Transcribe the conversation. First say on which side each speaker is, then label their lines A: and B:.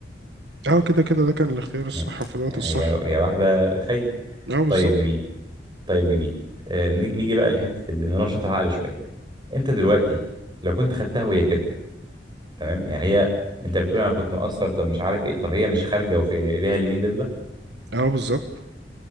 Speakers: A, on the right; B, on the right.
A: أه كده كده ده كان الاختيار الصح
B: يعني
A: في الوقت
B: يعني
A: الصح
B: هي هي واحده خاينه
A: أه بالظبط
B: طيب جميل طيب جميل آه، نيجي نيجي بقى لحته اللي ننشط العقل شويه انت دلوقتي لو كنت خدتها وهي كده تمام يعني هي انت بتقول انا كنت مقصر طب مش عارف ايه طب هي مش خارجه وفي ايديها اليمين دبله
A: أه بالظبط